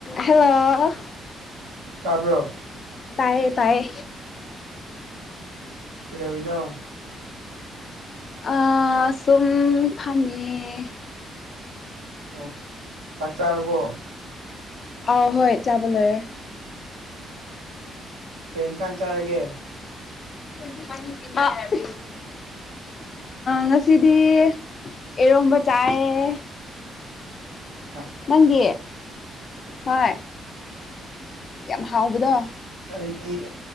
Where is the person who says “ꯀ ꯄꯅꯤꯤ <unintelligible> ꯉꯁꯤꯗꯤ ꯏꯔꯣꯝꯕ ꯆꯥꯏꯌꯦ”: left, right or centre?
Left